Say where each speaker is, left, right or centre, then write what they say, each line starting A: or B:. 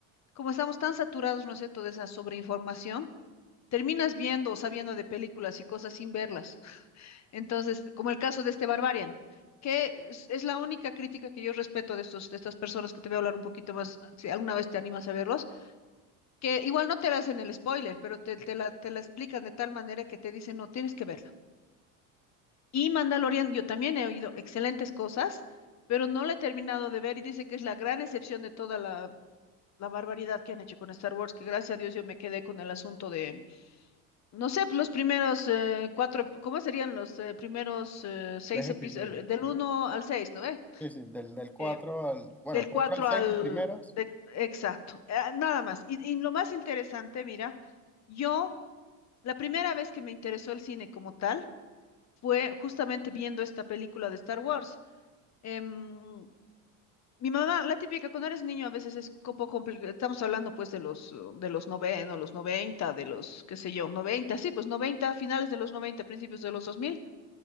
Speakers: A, on the left; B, in the centre.
A: como estamos tan saturados, ¿no es cierto?, de esa sobreinformación. terminas viendo o sabiendo de películas y cosas sin verlas. Entonces, como el caso de este Barbarian, que es, es la única crítica que yo respeto de estos, de estas personas que te voy a hablar un poquito más, si alguna vez te animas a verlos, que igual no te la hacen el spoiler, pero te, te la, te la explican de tal manera que te dicen, no, tienes que verla. Y Mandalorian, yo también he oído excelentes cosas, pero no la he terminado de ver y dice que es la gran excepción de toda la, la barbaridad que han hecho con Star Wars, que gracias a Dios yo me quedé con el asunto de No sé, los primeros eh, cuatro, ep- ¿cómo serían los eh, primeros eh, seis
B: Tres episodios.
A: episodios? Del
B: Ajá.
A: uno al seis, ¿no ve?
B: Sí, sí, del, del cuatro
A: Eh,
B: al... Bueno,
A: del
B: 4
A: cuatro
B: al 6
A: al...
B: los primeros.
A: de- exacto, eh, nada más. Y, y lo más interesante, mira, yo, la primera vez que me interesó el cine como tal fue justamente viendo esta película de Star Wars. Em, mi mamá, la típica, cuando eres niño a veces es un poco complicado, estamos hablando pues de los, eh, de los noventa o los noventa, de los, qué sé yo, noventa, sí, pues noventa, finales de los noventa, principios de los dos mil